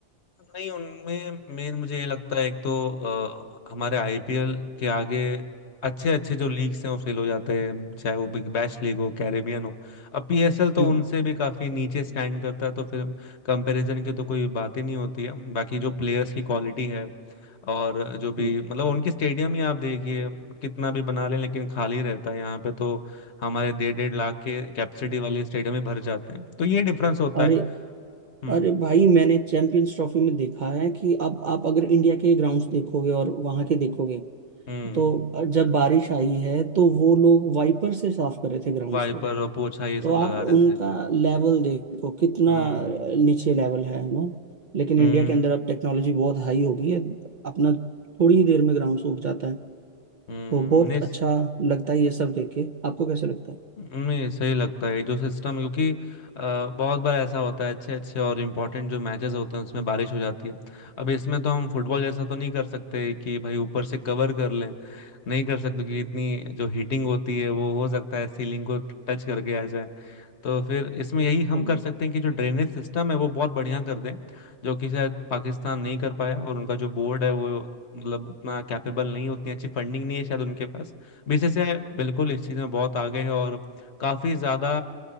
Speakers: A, on the left (about 65°); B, on the right (about 50°).
A: नहीं उनमें मेन मुझे ये लगता है एक तो अ, हमारे आईपीएल के आगे अच्छे अच्छे जो लीग्स हैं वो फेल हो जाते हैं चाहे वो बिग बैश लीग हो कैरेबियन हो अब पीएसएल तो
B: हम्म
A: उनसे भी काफी नीचे स्टैंड करता है तो फिर कंपैरिजन की तो कोई बात ही नहीं होती है बाकी जो प्लेयर्स की क्वालिटी है और जो भी
B: हम्म,
A: मतलब उनके स्टेडियम ही आप देखिए कितना भी बना लें लेकिन खाली रहता है यहाँ पे तो हमारे डेढ़ डेढ़ लाख के कैपेसिटी वाले स्टेडियम ही भर जाते हैं तो ये डिफरेंस होता
B: अरे
A: है हम्म
B: अरे भाई मैंने चैंपियंस ट्रॉफी में देखा है कि अब आप अगर इंडिया के ग्राउंड्स देखोगे और वहां के देखोगे
A: हम्म
B: तो जब बारिश आई है तो वो लोग वाइपर से साफ कर रहे थे ग्राउंड्स
A: वाइपर
B: को
A: और पोछा ये
B: तो
A: सब
B: आप
A: लगा रहे
B: उनका
A: थे
B: लेवल देखो कितना
A: हम्म
B: नीचे लेवल है ना लेकिन
A: हम्म
B: इंडिया के अंदर अब टेक्नोलॉजी बहुत हाई हो गई है अपना थोड़ी ही देर में ग्राउंड सूख जाता है
A: हम्म,
B: तो बहुत
A: नहीं
B: अच्छा लगता है ये सब देख के आपको कैसे लगता है
A: नहीं सही लगता है ये जो सिस्टम है क्योंकि अ, बहुत बार ऐसा होता है अच्छे अच्छे और इम्पोर्टेंट जो मैचेस होते हैं उसमें बारिश हो जाती है अब इसमें तो हम फुटबॉल जैसा तो नहीं कर सकते कि भाई ऊपर से कवर कर लें नहीं कर सकते क्योंकि इतनी जो हीटिंग होती है वो हो सकता है सीलिंग को टच करके आ जाए तो फिर इसमें यही हम
B: हम्म।
A: कर सकते हैं कि जो ड्रेनेज सिस्टम है वो बहुत बढ़िया कर दें जो कि शायद पाकिस्तान नहीं कर पाया और उनका जो बोर्ड है वो मतलब उतना कैपेबल नहीं उतनी अच्छी फंडिंग नहीं है शायद उनके पास बीसीसीआई बिल्कुल इस चीज में बहुत आगे है और काफी ज्यादा